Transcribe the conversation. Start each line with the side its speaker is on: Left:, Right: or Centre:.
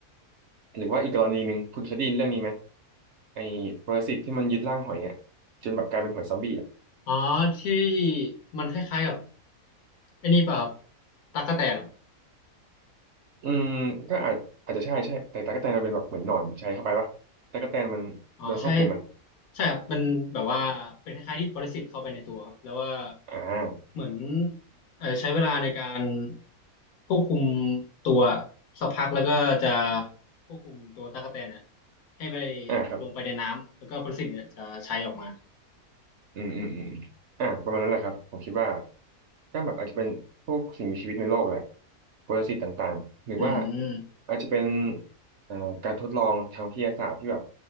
Right: หรือว่าอีกกรณีหนึ่งคุณเคยได้ยินเรื่องนี้ไหมไอ้ปรสิตที่มันยึดร่างหอยอ่ะจนแบบกลายเป็นหอยซอมบี้อ่ะ
Left: อ๋อที่มันคล้ายๆกับไอ้นี่ป่ะครับตั๊กแตนอะ
Right: อืมก็อาจอาจจะใช่ใช่แต่ตั๊กแตนมันเป็นแบบเหมือนหนอนใช้เข้าไปปะตั๊กแตนมันโดนควบคุมไหม
Left: อ๋อใช่ใช่ครับมันแบบว่าเป็นคล้ายๆที่ปรสิตเข้าไปในตัวครับแล้วว่า
Right: อ่า
Left: เหมือนเออใช้เวลาในการควบคุมตัวสักพักแล้วก็จะควบคุมตัวตั๊กแตนเนี่ยให้ไป
Right: อ่าครับ
Left: ลงไปในน้ำแล้วก็ปรสิตเนี่ยจะใช้ออกมา
Right: อืมอืมอืมอ่าประมาณนั้นแหละครับผมคิดว่าก็แบบอาจจะเป็นพวกสิ่งมีชีวิตในโลกแหละปรสิตต่างๆหรือว่า
Left: อืม
Right: อาจจะเป็นเอ่อการทดลองทางวิทยาศาสตร์ที่แบบ